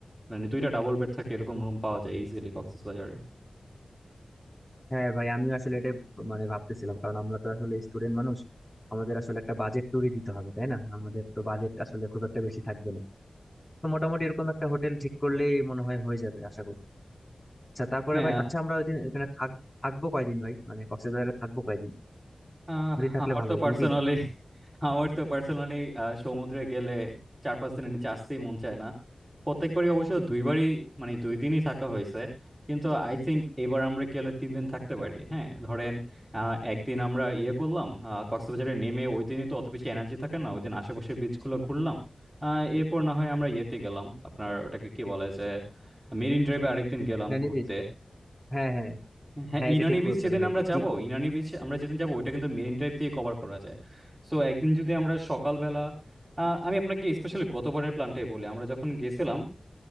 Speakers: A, on the right; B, on the left.
A: মানে দুইটা ডাবল বেড থাকে এরকম রুম পাওয়া যায় ইজিলি কক্সবাজারে
B: হ্যাঁ ভাই আমিও আসলে এটাই মানে ভাবতেছিলাম কারণ আমরা তো আসলে স্টুডেন্ট মানুষ আমাদের আসলে একটা বাজেট ট্যুরই দিতে হবে তাই না আমাদের তো বাজেট আসলে খুব একটা বেশি থাকবে না তো মোটামুটি এরকম একটা হোটেল ঠিক করলেই মনে হয় হয়ে যাবে আশা করি আচ্ছা তারপরে
A: হ্যাঁ
B: ভাই আচ্ছা আমরা ওইদিন এখানে থাক- থাকবো কয়দিন ভাই মানে কক্সবাজারে থাকবো কয়দিন
A: আহ,
B: দুদিন থাকলে
A: আমার
B: ভালো
A: তো
B: হয়
A: পার্সোনালি
B: দুই দিন
A: আমার তো পার্সোনালি সমুদ্রে গেলে চার পাঁচ দিনের নিচে আসতেই মন চায় না প্রত্যেকবারই অবশ্য দুইবারই মানে দুই দিনই থাকা হয়েছে কিন্তু আই থিংক এবার আমরা গেলে তিন দিন থাকতে পারি হ্যাঁ ধরেন আহ, একদিন আমরা ইয়ে করলাম আহ, কক্সবাজারে নেমে ওই দিনই তো অত বেশি এনার্জি থাকে না ওই দিন আশেপাশের বিচগুলো ঘুরলাম আহ, এরপর না হয় আমরা ইয়েতে গেলাম আপনার ওটাকে কি বলে যে মেরিন ড্রাইভে আরেকদিন গেলাম
B: ভ্যানি
A: ঘুরতে
B: বিচ হ্যাঁ হ্যাঁ
A: হ্যাঁ
B: হ্যাঁ এটা
A: ইনানি
B: ঠিক
A: বিচ
B: বলছেন
A: যেদিন
B: ভাই
A: আমরা
B: ই-
A: যাব
B: ই-
A: ইনানি বিচ আমরা যেদিন যাব ওইটা কিন্তু মেরিন ড্রাইভ দিয়ে কভার করা যায় সো একদিন যদি আমরা সকালবেলা আহ, আমি আপনাকে স্পেশালি গতবারের প্ল্যানটাই বলি আমরা যখন গেছিলাম